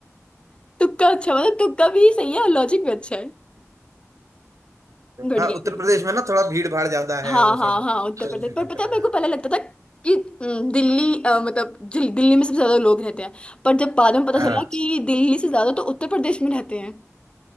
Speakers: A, on the left; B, on the right.
A: तुक्का अच्छा मतलब तुक्का भी सही है और लॉजिक भी अच्छा है
B: देखा
A: बढ़िया
B: उत्तर
A: बढ़िया
B: प्रदेश में ना थोड़ा भीड़ भाड़ ज्यादा है
A: हाँ
B: वो
A: हाँ
B: सब
A: हाँ उत्तर
B: तो
A: प्रदेश
B: उस हिसाब
A: पर पता
B: से लगाया
A: है मेरे को पहले लगता था कि हम्म, दिल्ली अ, मतलब जिल- दिल्ली में सबसे ज्यादा लोग रहते हैं पर जब बाद में पता
B: हाँ
A: चला कि दिल्ली से ज्यादा तो उत्तर प्रदेश में रहते हैं